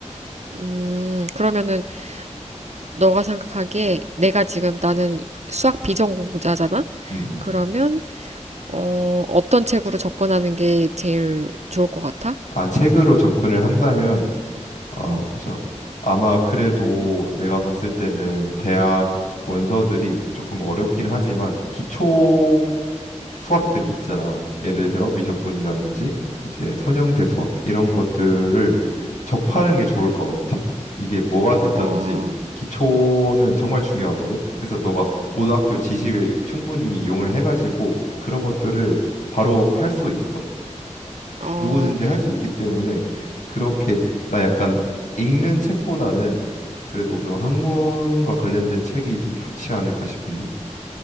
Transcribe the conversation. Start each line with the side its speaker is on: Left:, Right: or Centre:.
Right: 음, 그러면은 너가 생각하기에 내가 지금 나는 수학 비전공자잖아?
Left: 음. 음.
Right: 그러면 어, 어떤 책으로 접근하는 게 제일 좋을 것 같아?
Left: 아, 책으로 접근을 한다면 아,
Right: 음,
Left: 보자. 아마 그래도 내가 봤을 때는 대학 원서들이 조금 어렵긴 하지만 기초 수학들이 있잖아. 예를 들어 미적분이라든지 이제 선형대 수학 이런 것들을 접하는 게 좋을 것 같아. 이게 뭐가 됐든지
Right: 어,
Left: 기초는 정말 중요하거든. 그래서 너가 고등학교 지식을 충분히 이용을 해가지고 그런 것들을 바로 할 수 있어.
Right: 어,
Left: 누구든지 할 수 있기 때문에 그렇게 나 약간 읽는 책보다는 그래도 좀 학문과 관련된 책이 좀 좋지 않을까 싶은데